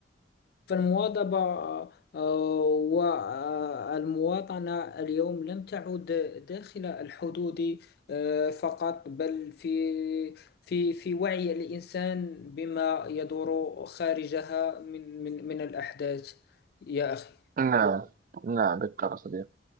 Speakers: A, on the left; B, on the right.
A: فالمواظبة آه، والمواطنة اليوم لم تعد داخل الحدود آه، فقط بل في في في وعي الإنسان بما يدور خارجها من من من الأحداث يا أخي
B: نعم نعم بالطبع صديقي